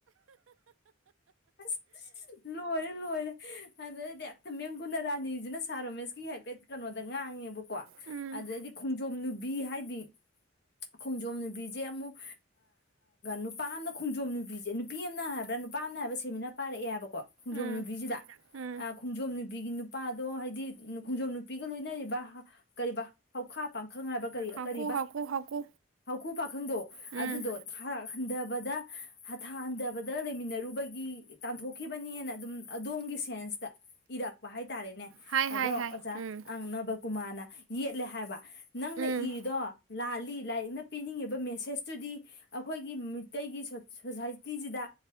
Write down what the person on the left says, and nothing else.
<unintelligible> ꯂꯣꯏꯔꯦ ꯂꯣꯏꯔꯦ ꯑꯗꯨꯗꯩꯗꯤ ꯃꯦꯝ ꯒꯨꯅꯔꯥꯅꯤꯁꯤꯅ ꯁꯥꯔ ꯔꯣꯃꯦꯁꯀꯤ ꯍꯥꯏꯐꯦꯠ ꯀꯩꯅꯣꯗ ꯉꯥꯡꯉꯦꯕꯀꯣ
ꯑꯗꯨꯗꯩꯗꯤ ꯈꯣꯡꯖꯣꯝ ꯅꯨꯕꯤ ꯍꯥꯏꯗꯤ ꯈꯣꯡꯖꯣꯝ ꯅꯨꯕꯤꯁꯦ ꯑꯃꯨꯛ ꯅꯨꯄꯥ ꯑꯃꯅ ꯈꯣꯡꯖꯣꯝ ꯅꯨꯕꯤꯁꯦ ꯅꯨꯄꯤ ꯑꯃꯅ ꯍꯥꯏꯕ꯭ꯔꯥ ꯅꯨꯄꯥ ꯑꯃꯅ ꯍꯥꯏꯕ꯭ꯔꯥ ꯁꯦꯃꯤꯅꯥꯔ ꯄꯥꯏꯔꯛꯑꯦ ꯍꯥꯏꯕꯀꯣ ꯈꯣꯡꯖꯣꯝ
ꯅꯨꯕꯤꯁꯤꯗ
ꯈꯣꯡꯖꯣꯝ ꯅꯨꯄꯤꯒꯤ ꯅꯨꯄꯥꯗꯣ ꯍꯥꯏꯗꯤ ꯈꯣꯡꯖꯣꯝ ꯅꯨꯄꯤꯒ ꯂꯣꯏꯅꯔꯤꯕ ꯀꯔꯤꯕ ꯍꯧꯈꯥ ꯄꯥꯡꯈꯪ ꯍꯥꯏꯕ ꯀꯔꯤ
ꯀꯔꯤꯕ
ꯍꯧꯀꯨ ꯄꯥꯈꯪꯗꯣ
ꯑꯗꯨꯗꯣ ꯊꯥꯛ ꯍꯟꯗꯕꯗ ꯊꯥꯛ ꯍꯟꯗꯕꯗ ꯂꯩꯃꯤꯟꯅꯔꯨꯕꯒꯤ ꯇꯥꯟꯊꯣꯛ ꯈꯤꯕꯅꯤꯅ ꯑꯗꯨꯝ ꯑꯗꯣꯝꯒꯤ ꯁꯦꯟꯁꯇ ꯏꯔꯛꯄ ꯍꯥꯏꯇꯥꯔꯦꯅꯦ
ꯑꯗꯣ
ꯑꯣꯖꯥ
ꯑꯪ ꯅꯕꯀꯨꯃꯥꯔꯅ ꯌꯦꯠꯂꯦ ꯍꯥꯏꯕ ꯅꯪꯅ
ꯏꯔꯤꯗꯣ ꯂꯥꯜꯂꯤ ꯂꯥꯏꯔꯤꯛꯅ ꯄꯤꯅꯤꯡꯉꯤꯕ ꯃꯦꯁꯦꯁꯇꯨꯗꯤ ꯑꯩꯈꯣꯏꯒꯤ ꯃꯤꯇꯩꯩꯒꯤ ꯁꯣꯁꯥꯏꯇꯤꯁꯤꯗ